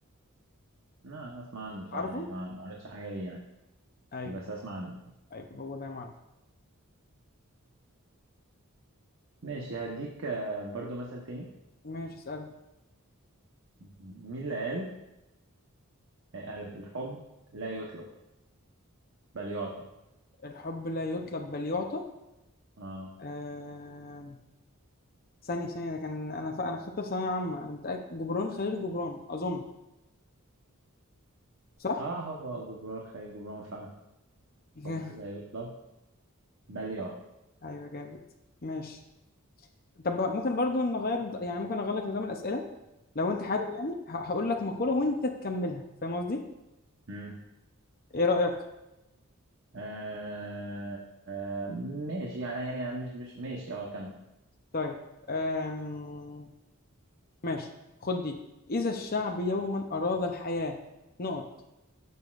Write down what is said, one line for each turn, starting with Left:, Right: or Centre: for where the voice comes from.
Right: ما اسمع عنه بصراحة
Left: عارفه
Right: يعني ما ما قريتش حاجة ليه يعني
Left: أيوه
Right: بس اسمع عنه
Left: أيوه هو ده يا معلم
Right: ماشي هديك آه برضو مثل تاني
Left: ماشي اسأل
Right: مين اللي قال آه، الحب لا يطلب بل يعطى
Left: الحب لا يطلب بل يعطى
Right: اه
Left: آم، ثانية ثانية ده كان أنا ف... أنا خدت في ثانوية عامة أنا متأكد جبران خليل جبران أظن صح؟
Right: اه هو جبران خليل جبران فعلا
Left: <laughs>
Right: الحب لا يطلب بل يعطى
Left: أيوه جامد ماشي طب ممكن برضو نغير يعني ممكن اغير لك نظام الاسئله لو انت حابب يعني ه- هقول لك مقوله وانت تكملها فاهم قصدي
Right: امم
Left: ايه رايك
Right: آه آه ماشي يعني يعني أنا مش مش ماشي اه كمل
Left: طيب أم... ماشي خد دي اذا الشعب يوما اراد الحياه نقط